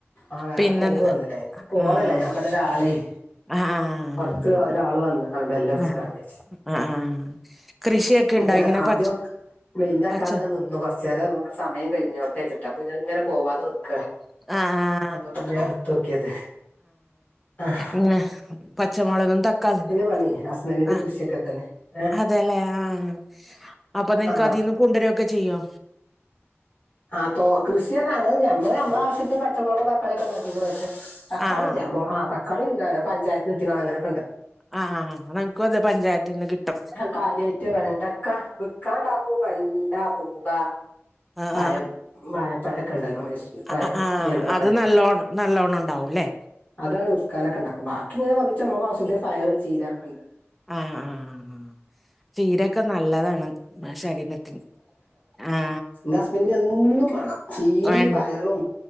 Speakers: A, on the left; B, in the centre.
A: ആഹ് വേറെ
B: പിന്നെ
A: കോള് വന്നൂല്ലേ എനിക്ക് കോളല്ല
B: ആഹ്
A: ഞാൻ ഇവടൊരാളെയ്
B: ആഹ് ആഹ്
A: പുറത്ത് ഒരാള് വന്ന് ആ ബെല്ലടിച്കാണ്ടേ
B: ആഹ് ആഹ് ആഹ് കൃഷിയൊക്കെ ഇണ്ടോ
A: ഞാനാദ്യം
B: ഇങ്ങനെ പച്ച
A: മെയ്ന്റക്കാതെങ്ങനെ
B: പച്ച
A: നിന്നു കൊർച്ചേരം ക്ക്‌ സമയം കെയിഞ്ഞോട്ടെചിട്ട് അപ്പൊ ഞാങ്ങനെ പോവാതൊക്കാണ്
B: ആഹ് ആഹ്
A: അപ്പൊ പിന്നെ ഞാനിട്തോക്കിയത് ആഹ്
B: ങ്ങാഹ് പച്ചമുളകും തക്കാളീം
A: പണി ഹസ്ബൻഡിന്റെ
B: ആഹ്
A: കൃഷിയൊക്കെ തന്നെ ഏ
B: അതെല്ലേ ആഹ് ആ അപ്പൊ നിങ്ങക്കതിന്ന്
A: ആ
B: കൊണ്ടുവരൊക്കെ ച്ചീയ്യോ?
A: ആ തോ കൃഷി ർഞ്ഞ അങ്ങനൊന്നൂല്ല ഞമ്മള്മ്മള ആവശ്യത്തിൽ പച്ചമുളകും തക്കാ തക്കാളിഒക്കെണ്ടാക്കികുണേയ് തക്കാളില്ല
B: ആഹ് ആഹ്
A: മൊ ആ തക്കാളിണ്ടാ പഞ്ചായത്തിന്ന്ട്ടിങ്ങണ്ടങ്ങനെ അങ്ങനെ
B: ആ ആ ആ നങ്ങക്കക്കും തെ പഞ്ചായത്തിന്ന് കിട്ടും
A: കാര്യായിട്ട് വെണ്ടക്ക വിക്കാണ്ടാക്കും വെണ്ട പൂള
B: ആഹ്
A: പയം വാഴ പയക്കണ്ടല്ലൊ മൈസൂർ
B: അ
A: പയം
B: അ ആ
A: നേന്ത്രപ്പഴമൊക്കെ
B: അത് നല്ലോണം നല്ലോണണ്ടാവുംല്ലെ
A: അതാണ് വിക്കാനൊക്കെണ്ടാക്കും വാക്കിങ്ങനെ കൊറീച്ചെ മ്മളാവുസ്യത്തിന് പയർ ചീരക്കണ്ട്
B: ആഹ് ആഹ് ആ ആ ചീരക്കെ നല്ലതാണ് നമ്മളെ ശരീരത്തിന് ആഹ് ആ
A: ന്റെ ഹസ്ബൻന്റിനെന്നും മാണം ചീരിം
B: വേ
A: പയറും